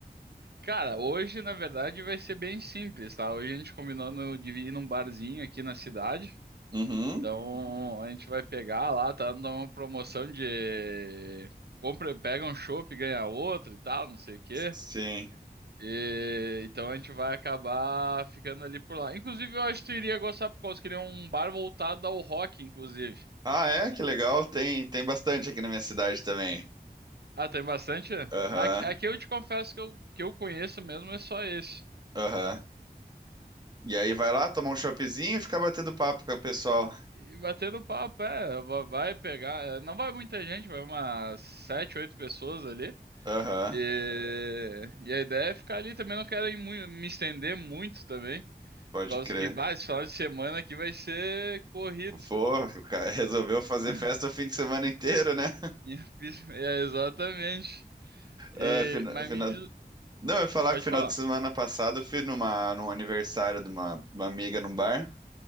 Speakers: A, on the right (about 80°); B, on the right (about 25°).
A: Cara, hoje na verdade vai ser bem simples, tá? Hoje a gente combinando de ir num barzinho aqui na cidade.
B: Uhum.
A: Então a gente vai pegar lá, tá dando uma promoção de compra, pega um chopp e ganha outro e tal, não sei o quê.
B: Sim.
A: E, então a gente vai acabar ficando ali por lá. Inclusive, eu acho que tu iria gostar por causa que ele é um bar voltado ao rock, inclusive.
B: Ah, é? Que legal. Tem, tem bastante aqui na minha cidade também.
A: Ah, tem bastante?
B: Aham,
A: Aqui, aqui eu te confesso que eu, que eu conheço mesmo é só esse.
B: aham. E aí vai lá tomar um choppzinho e ficar batendo papo com o pessoal.
A: E batendo papo, é, va- vai pegar, é, não vai muita gente, vai umas sete, oito pessoas ali.
B: Aham,
A: E, e a ideia é ficar ali também, não quero ir mui- me estender muito também,
B: pode
A: por causa
B: crer.
A: que, bah, esse final de semana aqui vai ser corrido.
B: Pô, o cara resolveu fazer
A: <laughs>
B: festa o fim de semana inteiro, né?
A: E eu fiz- É, exatamente. E,
B: É, fina-
A: mas
B: fina-
A: me diz,
B: Não, eu ia falar
A: pode
B: que final
A: falar.
B: de semana passado eu fui numa, num aniversário de uma, uma amiga num bar.